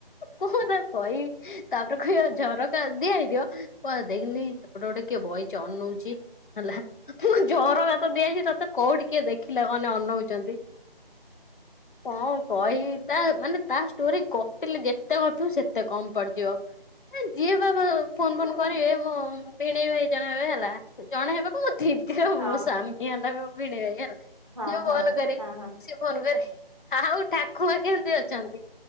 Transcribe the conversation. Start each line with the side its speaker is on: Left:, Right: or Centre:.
Left: କଣ ତାକୁ କହିବି, ତାପରେ କହିବ ଝରକା ଦିଆ ହେଇଥିବ କହିବ ଦେଇକିନି‌ ସେପ୍ ସେପଟେ କିଏ ଗୋଟେ ବଇଛ ଅନଉଛି ହେଲା <unintelligible> ଝରକା ତ ଦିଆହେଇ ତତେ କୋଉଠିି କିଏ ଦେଖିଲା ମାନେ ଅନଉଛନ୍ତି। କଣ କହିବି ତା, ମାନେ ତା ଷ୍ଟୋରି ଗପିଲେ ଯେତେ ଗପିବୁ ସେତେ କମ୍ ପଡିଯିବ। ଏ ଯିଏ ବାବା ଫୋନ ଫୋନ୍ କରିବେ ମୋ ଭିଣେଇ ଭାଇ ଜଣେ ହେବେ ହେଲା, ଜଣେ ହେବେ କଣ ମୋ ଦିଦି ଆଉ
Right: ହଁ
Left: ମୋ ସ୍ବାମୀ ହେଲା। ହେଲା ମୋ ଭିଣେଇ ଭାଇ ହେଲା ସିଏ
Right: ହଁ ହଁ
Left: ଫୋନ୍ କରେ
Right: ହଁ ହଁ
Left: ସେ ଫୋନ କରିକି ଆ-ଆ ଆଉ ଠାକୁମା କେମତି ଅଛନ୍ତି,